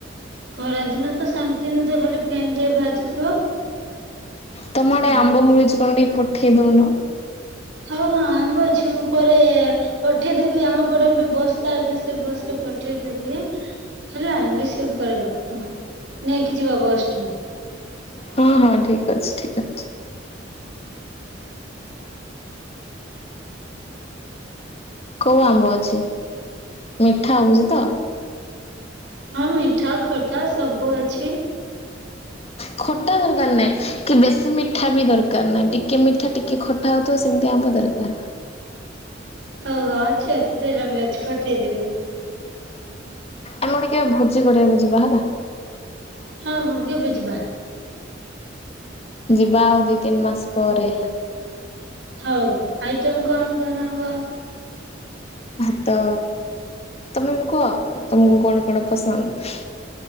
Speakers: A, on the right; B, on the left.
A: ଖରା ଦିନ ତ ଶାନ୍ତି ନିଦ ତ ଖାଲି ଫେନ୍ ଟିକେ ବାଜୁଥିବ।
B: ତମ
A: ଶାନ୍ତି।
B: ଆଡେ ଆମ୍ବ ମୁଳୁଛି କଣ ଟିକେ ପଠେଇ ଦଉନ?
A: ହଁ ହଁ ଆମ୍ବ ଅଛି ମୁଁ ପରେ ପଠେଇଦେବି ଆମ ପଟେ ଗୋଟେ ବସ ଚାଲଛି ସେ ବସ ରେ ପଠେଇଦେବି। ହେଲା ରିସିଭ କରିବ ନେଇକି ଯିବ ବସ ଠୁ।
B: ହଁ ହଁ ଠିକ୍ ଅଛି ଠିକ୍ ଅଛି। କୋଉ ଆମ୍ବ ଅଛି ମିଠା ହେଉଚି ତ?
A: ହଁ ମିଠା ଖଟା ସବୁ ଅଛି।
B: ଖଟା ଦରକାର ନାହିଁ କି ବେଶୀ ମିଠା ବି ଦରକାର ନାହିଁ ଟିକେ ମିଠା ଟିକେ ଖ ଟା ହୋଉଥିବ ସେମିତି ଆମ୍ୱ ଦରକାର।
A: ହଉ ହୋ ଅଛି ଅଛି ସେଇଟା ବି ଅଛି ପଠେଇଦେବି।
B: ଆମେ ଟିକେ ଭୋଜି କରିବାକୁ ଯିବା ହେଲା।
A: ହଁ ହଉ କେବେ ଯିବା।
B: ଯିବା ଆଉ ଦି ତିନି ମାସ ପରେ।
A: ହଉ ଆଇଟମ୍ କଣ କଣ ହବ?
B: ଭାତ, ତମେ ବି କୁହ ତମକୁ କଣ କଣ ପସନ୍ଦ?